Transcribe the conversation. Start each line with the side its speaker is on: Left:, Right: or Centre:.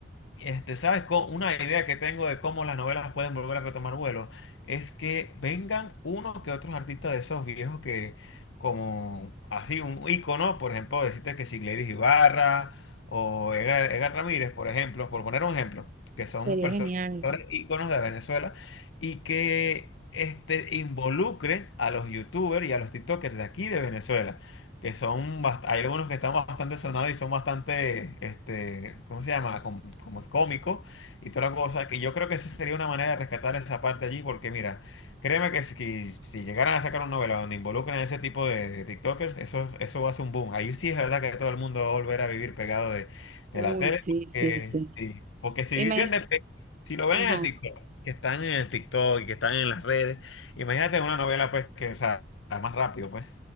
Left: este, ¿sabes? Co- Una idea que tengo de cómo las novelas pueden volver a retomar vuelo es que vengan uno que otros artistas de esos viejos que, como así, un ícono, por ejemplo, decirte que si Gladys Ibarra o Edgar, Edgar Ramírez, por ejemplo, por poner un ejemplo, que son
Right: sería
Left: personas,
Right: genial.
Left: actores íconos de Venezuela y que este, involucren a los youtubers y a los TikTokers de aquí de Venezuela que son, bast- hay algunos que están bastante sonados y son bastante, este, ¿cómo se llama? Com- Como, cómicos y toda la cosa, que yo creo que esa sería una manera de rescatar esa parte allí, porque mira, créeme que si, que si llegaran a sacar una novela donde involucran a ese tipo de, de TikTokers, eso, eso va a ser un boom. Ahí sí es verdad que todo el mundo va a volver a vivir pegado de,
Right: Uy,
Left: de la tele,
Right: sí,
Left: porque,
Right: sí, sí.
Left: sí, porque si
Right: Me
Left: viven
Right: imagino,
Left: de, pe- si lo ven
Right: ajá.
Left: en el TikTok, que están en el TikTok y que están en las redes, imagínate una novela pues que, o sea, más rápido pues.